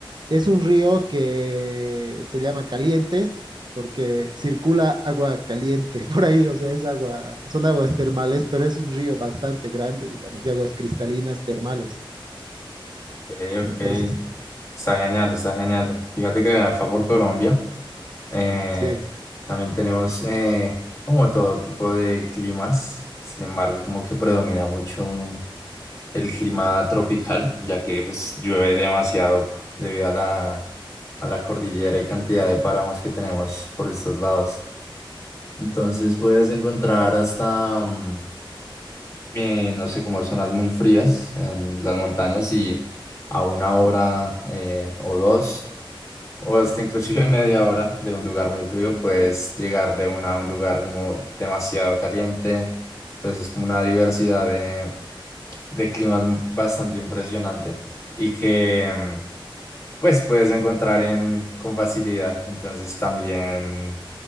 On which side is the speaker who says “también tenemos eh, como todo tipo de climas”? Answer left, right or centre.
Left